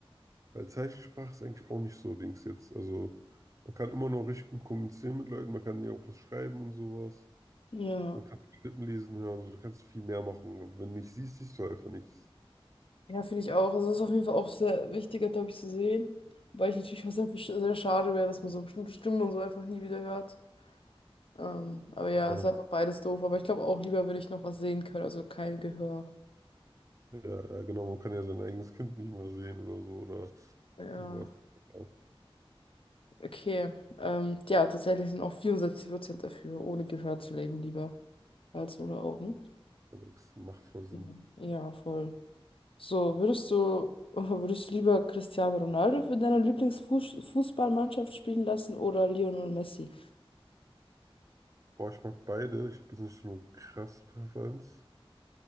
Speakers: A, on the right; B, on the left.
A: Weil Zeichensprache ist eigentlich auch nicht so Dings jetzt. Also, man kann immer noch richtig gut kommunizieren mit Leuten, man kann ja auch was schreiben und sowas.
B: Ja.
A: Man kann Lippen lesen hören, so, du kannst viel mehr machen. Aber Wenn du nicht siehst, siehst du einfach nichts.
B: Ja, finde ich auch. Also, das ist auf jeden Fall auch sehr wichtiger, glaube ich, zu sehen. Wobei ich natürlich auch sehr, besch- sehr schade wäre, dass man so bestimmte Stimmen und so einfach nie wieder hört. Ähm, aber ja,
A: Ja,
B: es ist einfach beides doof. Aber ich glaube auch, lieber würde ich noch was sehen können, also kein Gehör.
A: ja, ja, genau, man kann ja sein eigenes Kind nicht mehr sehen oder so oder
B: Ja,
A: irgendwas. Ja,
B: okay. Ähm, ja, tatsächlich sind auch 64% dafür, ohne Gehör zu leben, lieber als ohne Augen.
A: ja, das macht voll Sinn.
B: Mhm. Ja, voll. So, würdest du, <laughs> würdest du lieber Cristiano Ronaldo für deine Lieblingsfußballmannschaft spielen lassen oder Lionel Messi?
A: Boah, ich mag beide. Ich habe jetzt nicht so eine krasse Präferenz.